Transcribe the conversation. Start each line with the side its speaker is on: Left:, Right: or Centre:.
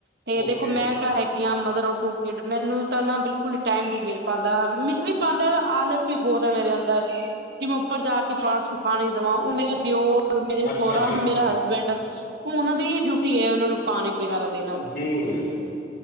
Right: ਤੇ ਦੇਖੋ
Left: ਓਕੇ
Right: ਮੈਂ ਤਾਂ ਹੈਗੀ ਮਦਰ ਟੂ ਗੇਟ ਮੈਨੂੰ ਤਾਂ ਨਾ ਬਿਲਕੁਲ ਟਾਈਮ ਨੀ ਮਿਲ ਪਾਉਂਦਾ ਮਿਲ ਵੀ ਪਾਉਂਦਾ ਆਲਸ ਵੀ ਬਹੁਤ ਕਿ ਮੈਂ ਉੱਪਰ ਜਾ ਕੇ ਪਾੜ ਚ ਪਾਣੀ ਦੇਵਾਂ ਉਹ ਮੇਰਾ ਦਿਓ ਮੇਰੇ ਸਹੁਰਾ
Left: ਅੱਛਾ ਜੀ
Right: ਮੇਰਾ ਹਸਬੈਂਡ ਉਹਨਾਂ ਦੀ ਡਿਊਟੀ ਹੈ ਉਹਨਾਂ ਨੂੰ ਪਾਣੀ ਵਗੈਰਾ ਦੇਣਾ
Left: ਜੀ